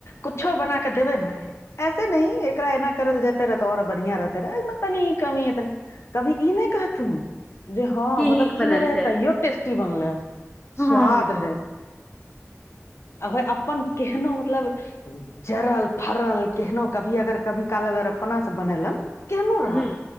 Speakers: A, on the left (about 60°); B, on the left (about 15°).
A: कुछो बना कऽ देबै ने ऐसे नहि एकरा एना करल जेते रह तऽ ओर बढ़िया रहते रहय अहिमे तनी कमी कभी ई नहि कहथुन जे ह
B: की
A: मतलब
B: नीक
A: ई
B: बनल
A: नहि रहे
B: छै
A: तैयो टेस्टी बनलै।
B: हँ
A: स्वाद है आ भऽ अपन केहनो मतलब जड़ल फरलऽ केहनो कभी अगर कभी काल अगर अपनासँ बनेलन केहनो रहत
B: ह